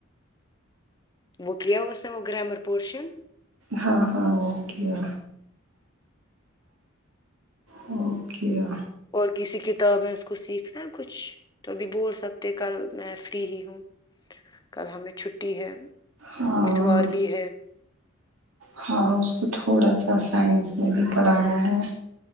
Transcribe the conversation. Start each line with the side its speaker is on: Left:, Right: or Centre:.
Left: وہ کیا اس نے وہ گریامر پورشن
Right: ہاں ہاں وہ کیا اوکیہ
Left: اور کسی کتاب میں اس کو سیکھنا ہے کچھ تو ابھی بول سکتے کل میں فری ہی ہوں کل ہمیں چھٹی ہے
Right: ہاں
Left: اتوار بھی ہے
Right: ہاں اس کو تھوڑا سا سائنس میں بھی پڑھانا ہے